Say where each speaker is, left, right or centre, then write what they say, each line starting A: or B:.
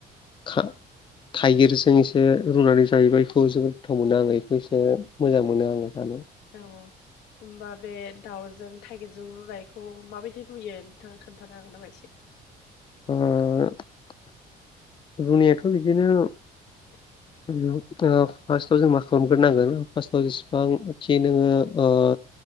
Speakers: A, on the left; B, on the left.
A: खा थाइगिरजों एसे रुनानै जायोबा इखौ जोबोद गोथाव मोनो आङो बेखौ एसे मोजां मोनो आङो जानो।
B: औ। होमबा बे दाउजों थाइगिरजों रुनायखौ माबायदि रुयो नोंथाङा खोन्थानो हागोन नामा एसे।
A: <inaudible> जोंनियाथ' बिदिनो
B: <inaudible>
A: ओ फार्स्टआव जों मा खालामग्रोनांगोन फार्स्टआव जेसेबांखि नोङो ओ